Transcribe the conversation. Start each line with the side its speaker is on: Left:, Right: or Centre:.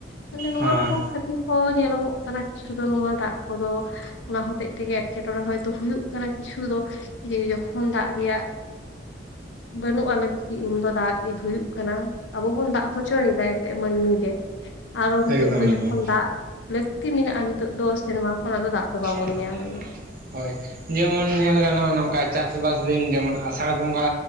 Left: ᱛᱟᱦᱚᱞᱮ ᱱᱚᱣᱟ
Right: ᱦᱚᱸ
Left: ᱠᱚ ᱠᱷᱟᱹᱛᱤᱨ ᱦᱚᱸ ᱧᱮᱞᱚᱜᱚᱜ ᱠᱟᱱᱟ ᱠᱤᱪᱷᱩ ᱫᱚ ᱱᱚᱣᱟ ᱫᱟᱜ ᱠᱚᱫᱚ ᱚᱱᱟ ᱦᱚᱛᱮᱜ ᱛᱮᱜᱮ ᱮᱴᱠᱮᱴᱚᱲᱮ ᱦᱚᱭ ᱛᱚ ᱦᱩᱭᱩᱜ ᱠᱟᱱᱟ ᱠᱤᱪᱷᱩ ᱫᱚ ᱡᱮ ᱡᱚᱠᱷᱚᱱ ᱫᱟᱜ ᱨᱮᱭᱟᱜ ᱵᱟᱹᱱᱩᱜ ᱟ ᱞᱟᱹᱠᱤ ᱩᱱᱫᱚ ᱫᱟᱜ ᱦᱩᱭᱩᱜ ᱠᱟᱱᱟ ᱟᱵᱚ ᱵᱚᱱ ᱫᱟᱜ ᱦᱚᱪᱚᱭᱮᱫᱟ ᱮᱱᱛᱮ ᱢᱟᱹᱱᱢᱤ ᱜᱮ ᱟᱨᱚ ᱱᱤᱛᱚᱜ
Right: ᱮᱠᱫᱚᱢ
Left: ᱫᱚ ᱡᱚᱠᱷᱚᱱ
Right: ᱮᱠᱫᱚᱢ
Left: ᱫᱟᱜ ᱞᱟᱹᱠᱛᱤ ᱢᱮᱱᱟᱜᱼᱟ ᱱᱤᱛᱚᱜ ᱫᱚ ᱥᱮᱨᱢᱟ ᱠᱷᱚᱱᱟᱜ ᱫᱚ ᱫᱟᱜ ᱫᱚ
Right: <inaudible>
Left: ᱵᱟᱵᱚᱱ ᱧᱟᱢ ᱮᱫᱟ
Right: ᱦᱳᱭ ᱡᱮᱢᱚᱱ ᱧᱮᱞ ᱜᱟᱱᱚᱜᱼᱟ ᱱᱚᱝᱠᱟ ᱪᱟᱥᱵᱟᱥ ᱫᱤᱱ ᱡᱮᱢᱚᱱ ᱟᱥᱟᱲ ᱵᱚᱸᱜᱟ